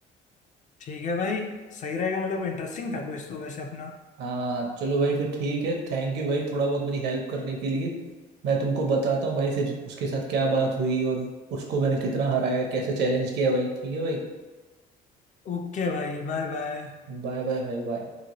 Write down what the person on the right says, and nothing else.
हाँ चलो भाई फिर ठीक है थैंक यू भाई थोड़ा बहुत मेरी हेल्प करने के लिए मैं तुमको बताता हूँ भाई फिर उसके साथ क्या बात हुई और उसको मैंने कितना हराया कैसे चैलेंज किया भाई ठीक है भाई
बाय बाय भाई बाय